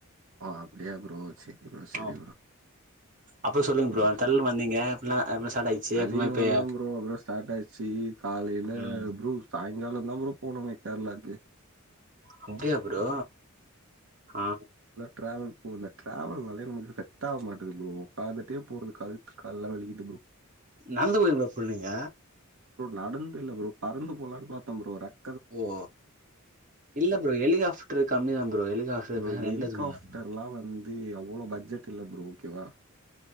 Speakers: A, on the right (about 65°); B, on the right (about 40°).
A: ஆ அப்டியா ப்ரோ சேரி ப்ரோ செரி
B: ஆமா
A: ப்ரோ
B: அப்றோ சொல்லுங்க
A: ஓகே
B: தள்ளு
A: ப்ரோ
B: வந்தீங்க அப்டிலா அப்டிலா ஸ்டார்ட் ஆயிச்சு
A: தள்ளினு
B: அப்றமா இப்ப
A: வந்தே ப்ரோ அப்பறோ ஸ்டார்ட் ஆயிடுச்சி காலேல
B: ம்
A: ப்ரூ சாயங்காலம்ந்தா ப்ரூ போனுமே கேரளாக்கு
B: அப்டியா ப்ரோ ஆ
A: ட்ராவல் போ அந்த ட்ராவல் நாலே நமக்கு செட் ஆக மாட்டது ப்ரோ உட்காந்துட்டே போறது கால் கால்லா வலிக்குது ப்ரோ
B: நடந்து போயிருங்க ப்ரோ நீங்க
A: ப்ரோ நடந்து இல்ல ப்ரோ பறந்து போலான்னு பாத்தே ப்ரோ ரெக்
B: ஓ இல்ல ப்ரோ ஹெலிகாப்டரு கம்மிதா ப்ரோ ஹெலிகாப்டரு
A: ப்ரோ ஹெலிகாப்டர்லா
B: ரெண்டுக்கு எடுத்துக்கலா ப்ரோ
A: வந்து அவ்ளோ பட்ஜெட் இல்ல ப்ரோ ஓகேவா